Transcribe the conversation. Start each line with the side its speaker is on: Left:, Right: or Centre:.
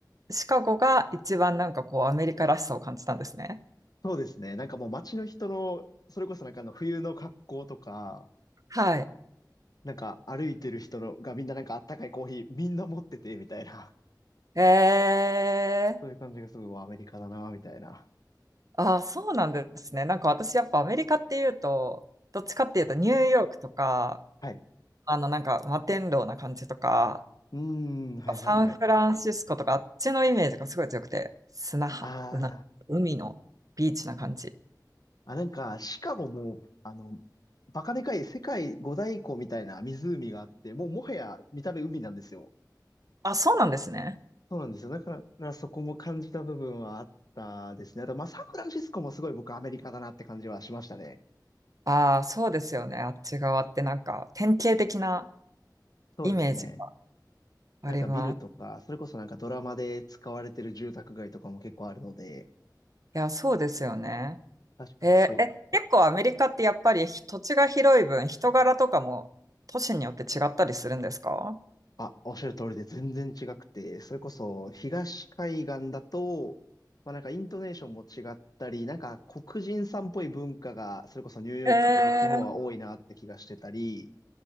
Right: シカゴが一番なんかこう、アメリカらしさを感じたんですね。
Left: そうですね。なんかもう街の人の、それこそなんかあの冬の格好とか、
Right: はい。
Left: なんか歩いてる人のがみんななんかあったかいコーヒーみんな持ってて、みたいな。
Right: へえ
Left: <laughs> そういう感じがすごいアメリカだな、みたいな。
Right: ー、あ、そうなんですね。なんか私やっぱアメリカっていうと、どっちかっていうとニューヨークとか、
Left: はい。はい。
Right: あのなんか摩天楼な感じとか、
Left: うーん、はいはいはい。
Right: サンフランシスコとかあっちのイメージがすごい強くて、砂浜、
Left: あ
Right: な海のビーチな感じ。
Left: ーあ、なんかシカゴも、あの、バカでかい世界五大湖みたいな湖があって、もうもはや見た目海なんですよ。
Right: あ、そうなんですね。
Left: そうなんですよ。だからそこも感じた部分はあったですね。あと、まあ、サンフランシスコもすごい僕アメリカだなって感じはしましたね。
Right: ああ、そうですよね。あっち側ってなんか典型的な
Left: そうですね。
Right: イメージがあります。
Left: なんかビルとか、それこそなんかドラマで使われてる住宅街とかも結構あるので、
Right: いや、そうですよね。
Left: 確かにそう、
Right: えーえ、結構アメリカってやっぱり土地が広い分、人柄とかも都市によって違ったりするんですか
Left: あ、おっしゃる通りで全然違くて、それこそ東海岸だと、まあなんかイントネーションも違ったり、なんか黒人さんっぽい文化が、それこそニューヨークとかそっちの方は多いなって気がしてたり、
Right: えー、